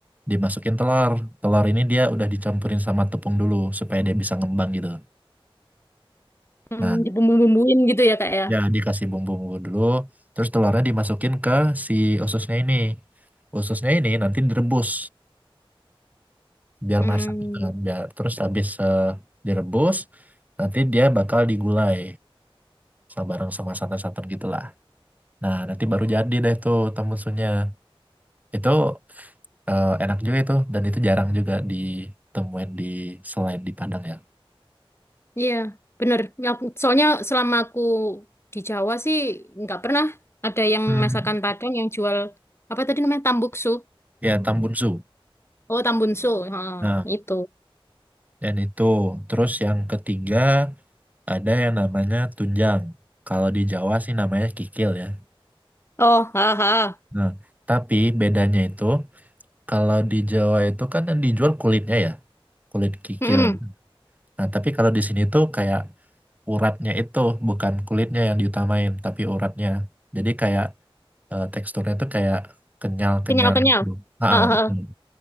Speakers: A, on the right (about 15°); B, on the left (about 25°).
A: dimasukin telur. Telur ini dia udah dicampurin sama tepung dulu supaya dia bisa ngembang gitu.
B: Hmm.
A: Nah,
B: Dibumbu-bumbuin gitu ya Kak ya.
A: ya dikasih bumbu-bumbu dulu, terus telurnya dimasukin ke si ususnya ini. Ususnya ini nanti direbus biar
B: Hmm.
A: masak gitu kan. Biar terus habis eh, direbus, nanti dia bakal digulai sama bareng sama santan-santan gitulah. Nah, nanti baru jadi deh tuh temmusunya. Itu eh, enak juga itu dan itu jarang juga ditemuin di selain di Padang ya.
B: Iya, bener. Ya, Soalnya selama aku di Jawa sih nggak pernah ada yang
A: Hmm.
B: masakan Padang yang jual apa tadi namanya tambuksu.
A: ya Tambunsu.
B: Oh, tambunsu. Ah,
A: Nah,
B: itu.
A: dan itu terus yang ketiga ada yang namanya tunjang. Kalau di Jawa sih namanya kikil ya.
B: Oh, haha.
A: Nah, tapi bedanya itu kalau di Jawa itu kan yang dijual kulitnya ya, kulit kikil.
B: Mm-mm.
A: Nah, tapi kalau di sini tuh kayak uratnya itu bukan kulitnya yang diutamain, tapi uratnya. Jadi kayak eh, teksturnya tuh kayak kenyal-kenyal
B: Kenyal-kenyal.
A: gitu. Ah,
B: Ah,
A: ah,
B: ah,
A: betul.
B: ah.